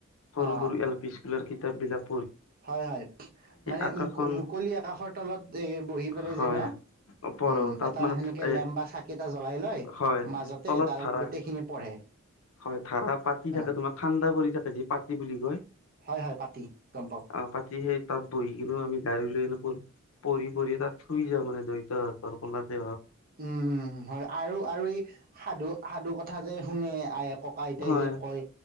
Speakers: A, on the left; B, on the right.
A: সৰু
B: অ
A: সৰু এল পি। স্কুলৰ কিতাপবিলাক।
B: হয় হয় মানে
A: আকাশখন
B: মু মুকলি আকাশৰ তলত এ বহি পেলাই
A: হয়
B: যে ন।
A: পঢ়ো
B: উম
A: তাত
B: এটা
A: মানে
B: সেনেকে
A: এ
B: লে। বা চাকি এটা জ্বলাই লয়,
A: হয়
B: মাজতে
A: তলত
B: তাৰ
A: ধাৰা
B: গোটেইখিনি পঢ়ে।
A: হয় ধা পাতি থাকে
B: অ
A: তোমাৰ ঠাণ্ডা পৰি থাকে যি পাতি বুলি কয়।
B: হয় হয় পাতি গম পাওঁ
A: অ পাতি সেই তাত বহি কিন্তু আমি। গাড়ী লৈ নখোন পৰি পৰি তাত থুই যা মানে দৈত হাতৰ কলাতে।
B: উম। উ হয় আৰু আৰু, এই সাধু সাধু কথা যে শুনে আ ককা আইতাই
A: হয়
B: যে কয়